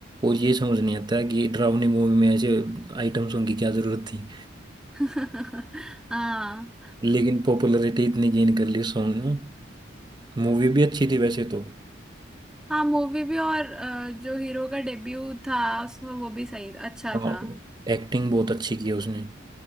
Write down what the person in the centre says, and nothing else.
<laughs> हाँ
हाँ मूवी भी और अ, जो हीरो का डेब्यू था उसमें वो भी सही अच्छा
था